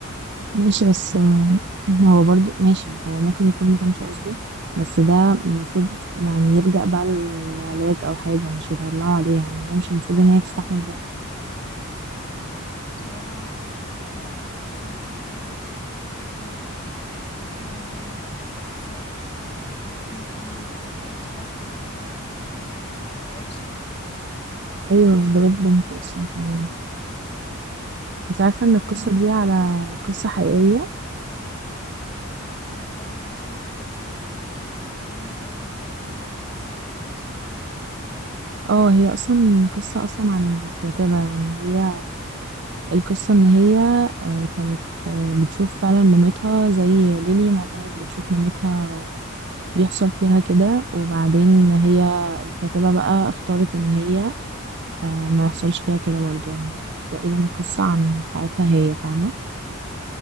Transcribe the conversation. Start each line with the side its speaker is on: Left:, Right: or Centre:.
Right: ماشي بس هو برضو ماشي هو ممكن يكون ما كانش قصده بس ده المفروض يعني يلجأ بقى للعلاج او حاجة مش يطلعوا عليها يعني هي مش المفروض ان هي تستحمل ده
Left: بصراحة انا كمان شايفة كده يعني خصوصا ان هي كمان جابت هي كانت حامل منه وكده فحاسة طالما في في مو- في اطفال في الموضوع فبجد كده الموضوع هيبقى وحش قوي
Right: ايوه ده بيت بنت اصلا كمان انت عارفة
Left: طب
Right: ان
Left: بما
Right: القصة
Left: ان انتي
Right: دي على
Left: قريتي ال-
Right: قصة حقيقية
Left: اه انا اصلا كنت لسه هسألك يعني بما ان انتي قريتي بقى وكده هي قصة حقيقية اصلا ولا لأ؟
Right: اه هي اصلا قصة اصلا عن الكاتبة يعني هي القصة ان هي آه، كانت آه، بتشوف فعلا مامتها زي ليلي ما كانت بتشوف مامتها بيحصل فيها كده وبعدين هي الكاتبة بقى اختارت ان هي آه، ما يحصلش فيها كده برضو يعني تقريبا القصة عن حياتها هي فاهمة